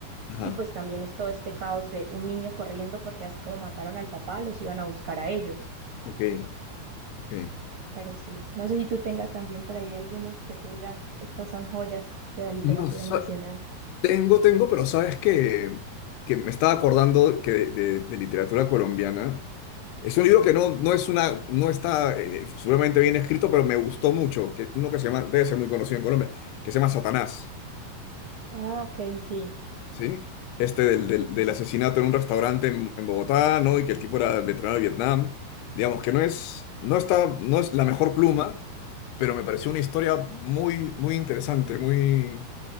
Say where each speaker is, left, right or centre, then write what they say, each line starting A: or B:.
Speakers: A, on the left; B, on the right.
A: Ajá.
B: Y pues también es todo este caos de un niño corriendo porque así como mataron al papá, los iban a buscar a ellos.
A: Ok, ok.
B: Pero sí, no sé si tú tengas también por ahí algunos que tú digas, estas son joyas de la literatura
A: No, sa-
B: nacional.
A: tengo, tengo, pero sabes que, que me estaba acordando que de, de- de literatura colombiana. Es un libro que no, no es una, no está eh, seguramente bien escrito, pero me gustó mucho. Que, uno que se llama, debe ser muy conocido en Colombia, que se llama Satanás.
B: Ah, ok, sí.
A: ¿sí? Este del, del- del asesinato en un restaurante en, en Bogotá, ¿no? Y que el tipo era veterano de Vietnam. Digamos que no es, no está, no es la mejor pluma, pero me pareció una historia muy, muy interesante, muy,